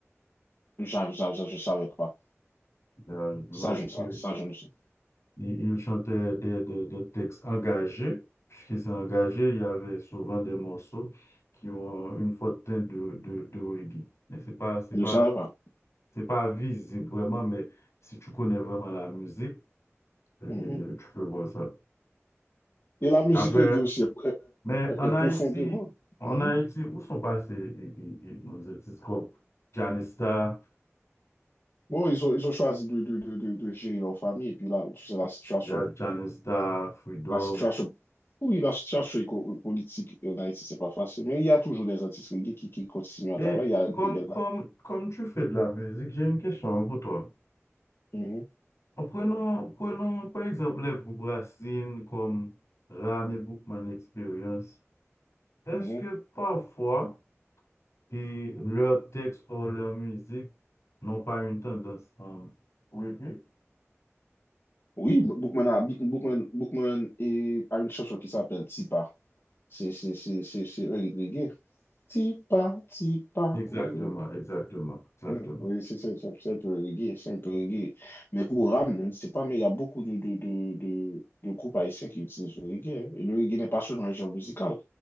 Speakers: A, on the left; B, on the left.
A: Ça, ça, ça, je ne savais pas.
B: Euh, Il
A: Ça,
B: m'a dit
A: je ne savais,
B: que
A: ça, je ne sais-
B: il, il chantait des, des, des textes engagés. Puisqu'il s'est engagé, il y avait souvent des morceaux qui ont une forte teinte de, de, de reggae. Mais c'est pas, c'est
A: je
B: pas,
A: ne savais pas.
B: c'est pas visible vraiment, mais si tu connais vraiment la musique, euh,
A: Mhm.
B: euh, tu peux voir ça.
A: Et la musique
B: Après,
A: reggae aussi est,
B: Mais
A: est-
B: en
A: est profondément.
B: Haïti, en
A: mm-hmm.
B: Haïti, où sont passés et- et- et nos artistes comme Janista,
A: Bon, ils ont, ils ont choisi de, de, de, de, de gérer leur famille. Et puis là, tu sais, la situation,
B: il y a Janista, Freedom.
A: la situation, oui, la situation éco- politique en Haïti, c'est pas facile. Mais il y a toujours des artistes reggae qui, qui continuent à
B: Et
A: travailler. Il y a des
B: comme,
A: belles
B: comme,
A: là.
B: comme tu fais de la musique, j'ai une question pour toi.
A: Mhm,
B: En Prenons, prenons par exemple les groupes racines comme Ram et Bookman Experience. Est-ce
A: mhm.
B: que parfois et leurs textes ou leur musique n'ont pas une tendance à... Oui, oui.
A: Oui, B- Bookman a, B- Bookman, Bookman et, a une chanson qui s'appelle Tipa. C'est c'est- c'est- c'est- c'est un hit reggae. Tipa, Tipa,
B: Exactement,
A: oui,
B: exactement, exactement.
A: Mm. Oui, c'est ça, c'est un c'est un peu reggae, c'est un peu reggae. Mais pour Ram, je ne sais pas, mais il y a beaucoup de, de, de, de, de groupes haïtiens qui utilisent le reggae. hein. Et le reggae n'est pas seulement un genre musical,